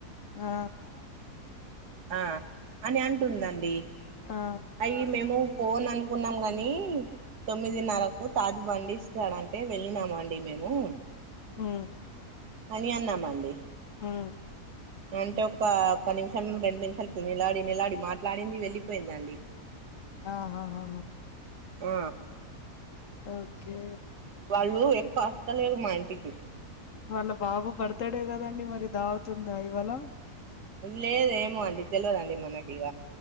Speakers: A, on the left; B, on the right.
A: ఆ
B: ఆ అని అంటుందండి
A: ఆ
B: అయి మేము పోన్ అనుకున్నాం గాని తొమ్మిదిన్నరకు తాజు బండి ఇస్తాడంటే వెళ్ళినాము అండి మేము
A: ఉ
B: అని అన్న మండి
A: ఆ
B: అంటే ఒ ఒక్క నిమిషం రెండు నిమిషాలు నిలాడి నిలాడి మాట్లాడింది వెళ్ళిపోయిందండి
A: ఆహా ఆ
B: ఆ
A: ఓకే
B: వాళ్ళు ఎక్కువ వస్తలేరు మా ఇంటికి
A: వాళ్ళ బాబు బర్తడే కదండి మరి దవత్ ఉందా ఇవాళ
B: లేదు ఏమో అండి తెలియదండి మనకి ఇగ